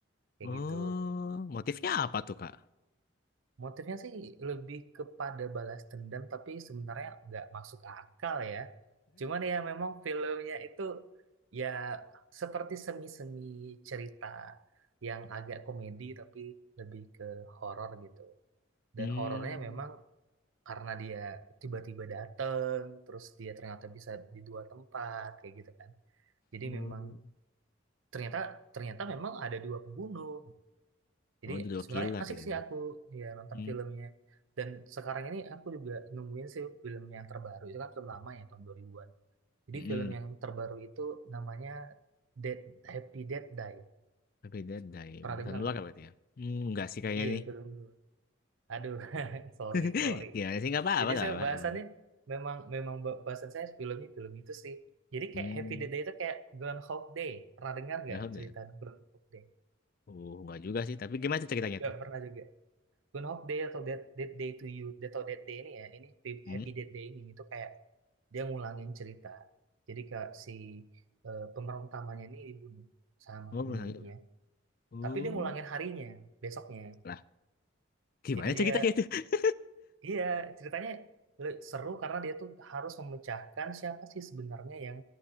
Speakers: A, on the right; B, on the left.
A: kayak
B: Oh,
A: gitu.
B: motifnya apa tuh Kak?
A: Motifnya sih lebih kepada balas dendam, tapi sebenarnya nggak masuk akal ya. Cuman ya memang filmnya itu ya seperti semi-semi cerita yang agak komedi tapi lebih ke horor gitu.
B: Hmm,
A: Dan horornya memang karena dia tiba-tiba dateng, terus dia ternyata bisa di dua tempat kayak gitu kan. Jadi
B: oh,
A: memang ternyata ternyata memang ada dua pembunuh. Jadi
B: oh, The Door
A: sebenarnya
B: Killer
A: asik
B: ya.
A: sih aku ya nonton
B: Hmm,
A: filmnya. Dan sekarang ini aku juga nemuin sih film yang terbaru. Itu kan film lama ya tahun 2000-an. Jadi
B: hmm.
A: film yang terbaru itu namanya Dead Happy Dead Die.
B: Berbeda dari
A: Pernah
B: buatan
A: dengar
B: luar
A: nggak?
B: berarti ya? Hmm, enggak sih kayaknya
A: Iya
B: nih.
A: film. Aduh, <laughs> sorry
B: <laughs>
A: sorry.
B: Gimana sih? nggak apa-apa,
A: Jadi
B: nggak
A: saya
B: apa-apa.
A: bahasannya
B: Aman.
A: memang memang ba- bahasan saya filmnya film itu sih. Jadi
B: Hmm,
A: kayak Happy Dead Day itu kayak Groundhog Day. Pernah dengar nggak
B: enggak apa
A: cerita
B: ya?
A: Groundhog Day?
B: Oh, enggak juga sih. Tapi gimana tuh ceritanya
A: Nggak
B: tuh?
A: pernah juga. Good Hope Day atau that that Day to You atau that Day ini ya ini Happy
B: Hmm?
A: Happy Death Day ini itu kayak dia ngulangin cerita jadi kayak si eh, pemeran utamanya ini dibunuh sama
B: Oh,
A: pembunuhnya
B: belum sampai. Oh,
A: tapi dia ngulangin harinya besoknya
B: lah. Gimana
A: jadi
B: ceritanya
A: dia
B: tuh? <laughs>
A: iya ceritanya le- seru karena dia tuh harus memecahkan siapa sih sebenarnya yang